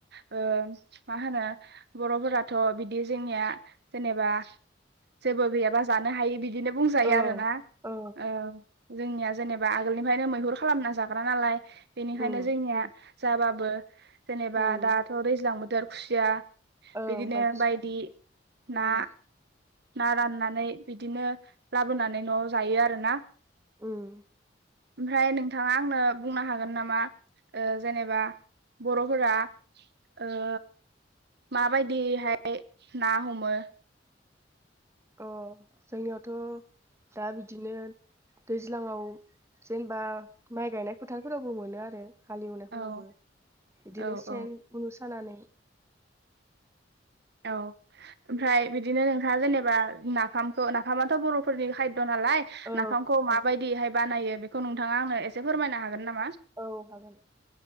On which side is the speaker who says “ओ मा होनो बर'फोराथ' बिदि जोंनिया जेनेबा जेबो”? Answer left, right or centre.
Right